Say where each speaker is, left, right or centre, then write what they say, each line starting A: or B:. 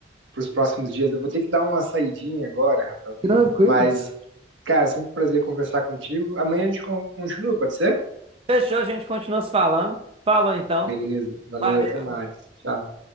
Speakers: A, on the right (about 80°); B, on the right (about 30°).
A: os próximos dias. Eu vou ter que dar uma saidinha agora, Rafael.
B: Tranquilo.
A: Mas, cara, sempre um prazer conversar contigo. Amanhã a gente con- continua, pode ser?
B: Fechou, a gente continua se falando. Falou então.
A: Beleza, valeu,
B: Valeu.
A: até mais. Tchau.